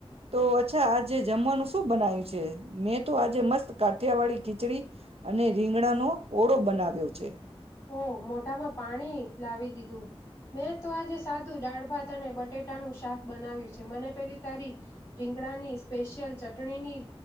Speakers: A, on the right; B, on the left.
A: તો અચ્છા આજે જમવાનું શું બનાય્યું છે? મેં તો આજે મસ્ત કાઠિયા વાળી ખીચડી. અને રીંગડાનો ઓળો બનાવ્યો છે.
B: ઓહ મોઢામાં પાણી લાવી દીધું મેં તો આજે સાદું ડાળ ભાત અને બટેટાનું શાક બનાવ્યું છે મને પેલી તારી રીંગડાની સ્પેશિયલ ચટણીની